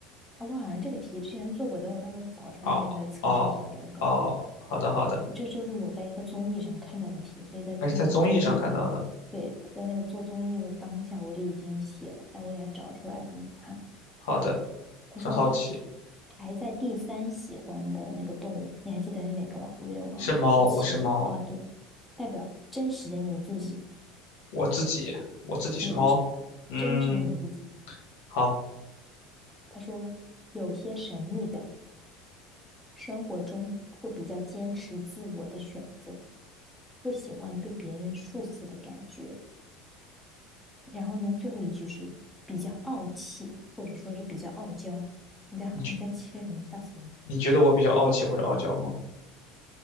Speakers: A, in the centre; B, on the left.
A: 啊，我好像这个题之前做过，等我到时候找出来那个测试题，
B: 哦哦哦，
A: 我告诉你，
B: 好的好的，
A: 这就是我在一个综艺上看到的题，所以在那个综艺的当，
B: 还是在综艺上看到的。
A: 对，我在那个做综艺的当下，我就已经写了，但我等下找出来给你看。
B: 好的，
A: 他说
B: 很好奇，
A: 排在第三喜欢的那个动物，你还记得是哪个吧？我有点忘了，
B: 是猫，
A: 是企鹅。
B: 我是猫，
A: 哦，对，代表真实的你自己，
B: 我自己，我自己是猫。
A: 也
B: 嗯，
A: 真实的你自己。
B: 好，
A: 他说有些神秘感，生活中会比较坚持自我的选择，不喜欢被别人束缚的感觉。然后呢，最后一句是比较傲气，或者说是比较傲娇。你在你在切什么？
B: 你觉
A: 吓死我了！
B: 你觉得我比较傲气或者傲娇吗？